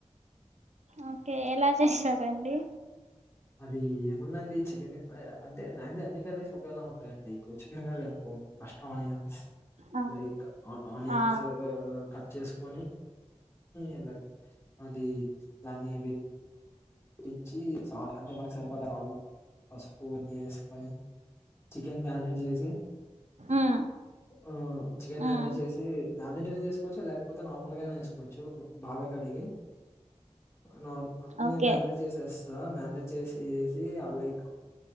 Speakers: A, on the right (about 80°); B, on the left (about 25°).
A: ఓకే ఎలా చేస్తారండి?
B: అది ఏముందండి చికెన్ అంటే మ్యాక్స్ అన్ని కర్రీస్ ఒకేలా ఉంటాయండి ఇప్పుడు చికెన్ కర్రీ ఉం నుకో ఫస్ట్ ఆనియన్స్
A: ఆ
B: లైక్ ఆనియన్స్
A: ఆ
B: కట్ చేసుకని ఇలా అది దాన్ని పిచ్చి సాల్ట్ అంటే మనకు సరిపడా సాల్ట్ ఆ పసుపు అన్నీ ఏసుకొని చికెన్ మ్యారినేట్ చేసి
A: ఉమ్
B: ఆ చికెన్ మ్యారినేట్
A: ఉమ్
B: చేసి మ్యారినేట్ అయినా చేసుకోవచ్చు లేకపోతే నార్మల్గానే చేసుకోవచ్చు బాగా కడిగి నార్
A: ఓకే
B: నేను మ్యారినేట్ చేసేస్తా మ్యారినేట్ చేసేసి ఆ లైక్